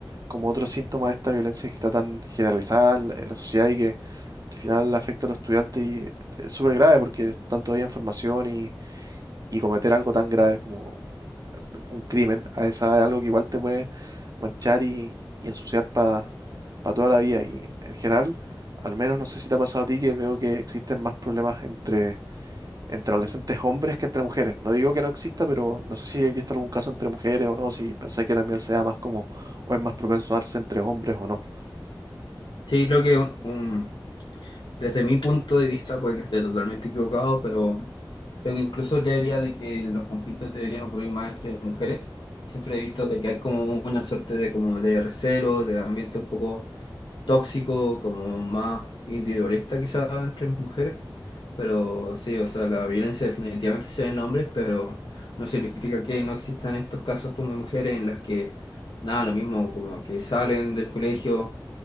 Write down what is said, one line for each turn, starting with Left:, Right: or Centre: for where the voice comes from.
Right: como otro síntoma de esta violencia que está tan generalizada en la, en la sociedad y que al final afecta a los estudiantes y es súper grave porque están todavía en formación y, y cometer algo tan grave como un crimen a esa edad es algo que igual te puede manchar y, y ensuciar para toda la vida. Y en general, al menos no sé si te ha pasado a ti que veo que existen más problemas entre entre adolescentes hombres que entre mujeres. No digo que no exista, pero no sé si habéis visto algún caso entre mujeres o no, si pensáis que también sea más como, o es más propenso a darse entre hombres o no.
Left: Sí, creo que un, un- Desde mi punto de vista, puede que esté totalmente equivocado, pero creo que incluso creería de que los conflictos deberían ocurrir más entre mujeres. Siempre he visto de que hay como una suerte de como de recelo, de ambiente un poco tóxico, como más individualista quizás entre las mujeres. Pero sí, o sea, la violencia definitivamente se ve en hombres, pero no significa que no existan estos casos como de mujeres en las que, nada, lo mismo, como que salen del colegio